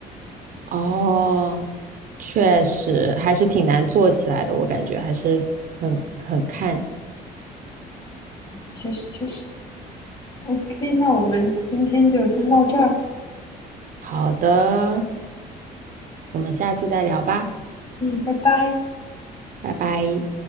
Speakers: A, on the right; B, on the left.
A: 哦，确实还是挺难做起来的，我感觉还是很很看。
B: 确实，确实。OK，那我们今天就先到这儿。
A: 好的，我们下次再聊吧，
B: 嗯，拜拜。
A: 拜拜。